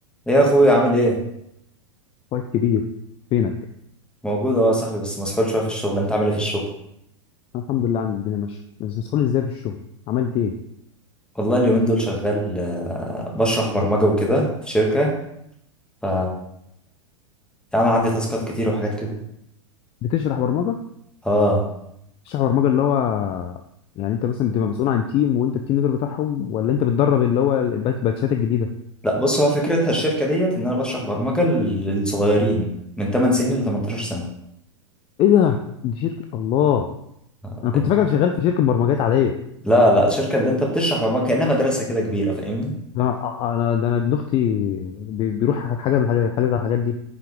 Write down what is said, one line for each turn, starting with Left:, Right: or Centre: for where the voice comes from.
Centre: ايه يا اخويا عامل ايه
Left: اخويا الكبير فينك
Centre: موجود اهو يا صاحبي بس مسحول شويه في الشغل انت عامل ايه في الشغل
Left: أنا الحمد لله عم الدنيا ماشيه بس مسؤول ازاي في الشغل عملت ايه
Centre: والله اليومين دول شغال آه، بشرح برمجه وكده في شركه ف يعني عندي تاسكات كتير وحاجات كده
Left: بتشرح برمجه
Centre: اه
Left: بتشرح برمجه اللي هو يعني انت مثلا بتبقى مسؤول عن تيم وانت التيم ليدر بتاعهم ولا انت بتدرب اللي هو البات- الباتشات الجديده
Centre: لا بص هو فكرتها الشركه ديت ان انا بشرح برمجه للصغيرين من 8 سنين ل 18 سنه
Left: ايه ده دي شركه الله
Centre: آه،
Left: انا كنت
Centre: فاهم
Left: فاكرك شغال في شركه برمجات عاديه
Centre: لا لا الشركه اللي انت بتشرح برمجه كانها مدرسه كده كبيره فاهمني
Left: ده انا انا ده انا ابن اختي بي- بيروح حاجه من الحاجات حاجة من الحاجات دي